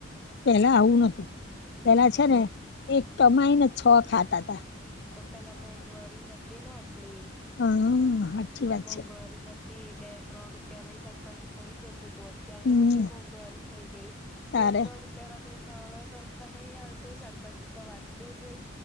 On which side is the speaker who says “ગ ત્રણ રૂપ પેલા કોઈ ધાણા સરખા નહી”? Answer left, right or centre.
Centre